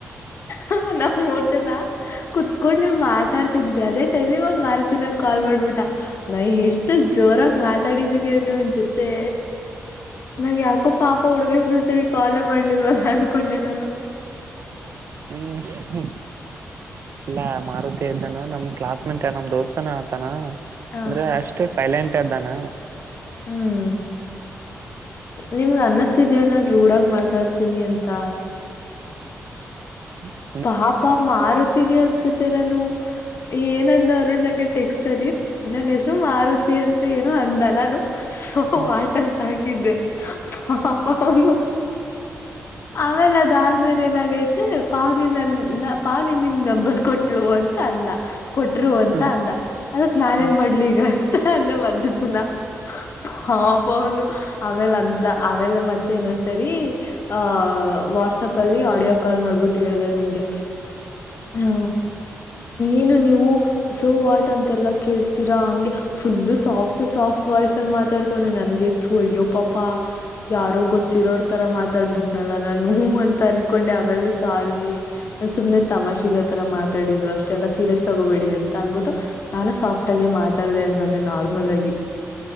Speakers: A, on the left; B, on the right.
A: ಹ್ಮ ನಮ್ಮ ಮೂರ್ ಜನ ಕುೂತ್ಕೊಂಡ್ ನೀವ್ ಮಾತಾಡ್ತಿದ್ವಿ ಅದೇ ಟೈಮಗ್ ಒಂದ್ ಮಾರ್ತ ನಂಗಗೆ ಕಾಲ್ ಮಾಡ್ಬಿಟ್ಟ ನಾ ಎಷ್ಟು ಜೋರಾಗ ಮಾತಾಡಿದೀನಿ ಅನ್ ಒನ್ ಜೊತೆ ನಂಗ ಯಾಕೋ ಪಾಪ ಹುಡ್ಗ ಇನ ಸರಿ ಕಾಲೇ ಮಾಡ್ಲಿಲ್ವಲ್ಲ ಅನ್ಕೊಂಡೆ ನಾನು
B: ಹ್ಮ ಇಲ್ಲ ಮಾರುತಿ ಇದ್ದಾನ ನಮ್ ಕ್ಲಾಸ್ ಮೇಟ್ ನಮ್ ದೋಸ್ತಾನ ಆತಾನ
A: ಹ
B: ಅಂದ್ರೆ ಅಷ್ಟೇ ಸೈಲೆಂಟ್ ಅ್ದಾನ
A: ಹ್ಮ್ ನಿಮ್ಗ ಅನ್ನಿಸತ ಇದ್ಯಾ ನಾನು ರೂಢಾಗ ಮಾತಾಡ್ತೀನಿ ಅಂತ
B: ಹ
A: ಪಾಪಾ ಮಾರ ಅನ್ಸುತ್ತೆ ನಾನು ಏನಂದ ಅವ್ ನಂಗೆ ಟೆಕ್ಸ್ಟ್ ಅಲ್ಲಿ ನ ಮಾರುತಿ ಅಂತ ಏನೋ ಅಂದ ನಾನು ಸೋ
B: ಹ್ಮ
A: ಆಟಂತ ಹಾಕಿದ್ದೆ ಹ ಪನು ಆಮೇಲೆ ದಾಜ ಮೇಲೆನಗೈತೆ ಪಾವನಿ ನನ್ನ ಪಾವನಿ ನಿಮ್ ನಂಬರ್ ಕೊಟ್ಟ ಅಂತ ಅಂದ ಕೊಟ್ರು ಅಂತ
B: ಹ
A: ಅಂದ ಅದಕ್ ನಾನೇಏನ್
B: ಹ್ಮ್
A: ಮಾಡ್ಲಿ ಈಗ ಅಂತ ಅಂದ ಮದ್ ಚಪ್ಪನ ಹಾ ಬೌನು ಆಮೇಲೆ ಅಂತ ಆಮೇಲೆ ಮತ್ತೆ ಇನ್ನೊಂದ್ಸರಿ ಆಹ ವಾಟ್ಸ್ಪ್ ಅಲ್ಲಿ ಆಡಿಯೋ ಕಾಲ್ ಮಾಡ್ಬಿಟ್ಟು ಹೇಳಿದಾರೆ ನನ್ಗೆ ಹಾ ಏನು ನೀವು ಸೋವಾಟ್ ಅಂತೆಲ್ಲಾ ಕೇಳ್ತೀರಾ ಹಂಗೆ ಫುಲ್ಲು ಸಾಫ್ಟ್ ಸಾಫ್ಟ್ ವಾಯ್ಸ ಅಲ್ಲಿ ಮಾತಾಡ್ತವನನೆ ನನ್ಗೆಿತ್ತು ಅಯ್ಯೋ ಪಾಪಾ ಯಾರೋ ಗೊತ್ತಿರೋರ್ ತರ ಮಾತಾಡ್ಬಿಟ್ನಲ್ಲ ನಾನು ಅಂತ ಅನ್ಕೊಂಡೆ ಆಮೇಲೆ ಸಾರಿ ನ ಸು್ನೆ ತಮಾಷೆಗ ಆ ತರ ಮಾತಾಡಿದ್ದು ಅಷ್ಟೆಲ್ಲಾ ಸೀರಿಯಸ್ ತಗೋಬೇಡಿ ಅಂತ ಅಂದ್ಬಿಟ್ಟು ನಾನು ಸಾಫ್ಟ್ ಆಗೇ ಮಾತಾಡ್ದ ಆಮೇಲೆ ನಾರ್ಮಲ್ ಆಗಿ